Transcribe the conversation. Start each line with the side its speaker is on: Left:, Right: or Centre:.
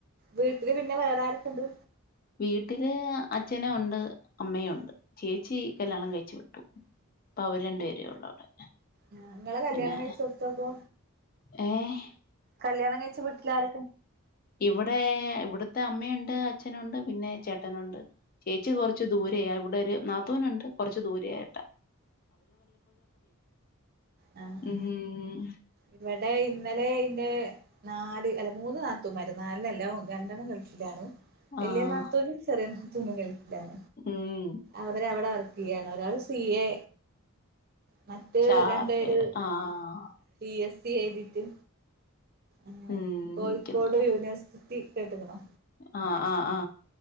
Right: വീട്ട ൽ പിന്നെ വേറെ ആരൊക്കെ ഉണ്ട്
Left: വീട്ടില് അച്ഛനും ഉണ്ട് അമ്മയയും ഉണ്ട് ചേച്ചി കല്യാണം കഴിച്ചു വിട്ടു അപ്പ അവര് രണ്ടു പേരേ ഉള്ളു അവിടെ
Right: ആ നിങ്ങളെ കല്യാണം
Left: പിന്നെ
Right: കഴിച്ചടുത്തപ്പോ
Left: ഏഹ്
Right: കല്യാണം കഴിച്ച് വീട്ടില്ൽ ആരൊക്ക
Left: ഇവിടെ ഇവിടത്തെ അമ്മയുണ്ട് അച്ഛനുണ്ട് പിന്നെ ചേട്ടനണ്ട് ചേച്ചി കുറച്ച ദൂര ഇവിടെ ഒരു നാത്തൂനുണ്ട് കൊറച്ച ദൂരായിട്ടാ
Right: ആ ആ
Left: ഉം
Right: ഇവിടെ ഇന്നലെ ഇന്റെ നാല് അല്ല മൂന്ന് നാത്തമാര് നാല്ല്ലേ രണ്ടെണ്ണം ഗൾഫിലാണ് വലിയ
Left: ആഹ്
Right: നാത്തൂനും ചെറിയ നാത്തൂനും നാത്തൂനുകൾ
Left: ഉം
Right: അവരെ അവിടെ വർക്ക് സി എ ആണ് ഒരാൾ സി എ മറ്റേ
Left: ചാർട്ടേഡ്
Right: രണ്ടുപേരും
Left: ആഹ്
Right: പി എസ് എഴ്തിട്ട് ആ
Left: ഉം
Right: കോഴിക്കോട്
Left: ക്കുന്ന
Right: യൂണിവേഴ്സിറ്റി ട്ടി കേട്ടുക്ക്ണോ
Left: ആ ആ ആ